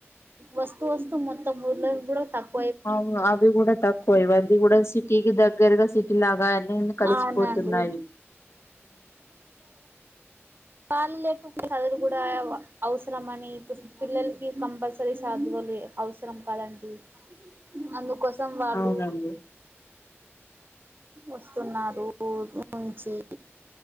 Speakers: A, on the right; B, on the left.
A: వస్తు వస్తు మొత్తం బోర్లకి కూడా తక్కు
B: అవు అవి కూడా తక్కువ ఇవన్నీ కూడా సిటీకి దగ్ దగ్గరగా సిటీ లాగా అన్ని ఇన్ని కలిసిపోతున్నాయి
A: అవునండి కాళ్ళు లేకుండే చదువులు కూడా అవసరం అని ఇప్పుడు పిల్లలకి కంపల్సరీ చదువులు అవసరం కదండి అందుకోసం వాళ్ళు
B: అవునండి
A: వస్తున్నారు ఊరు నుంచి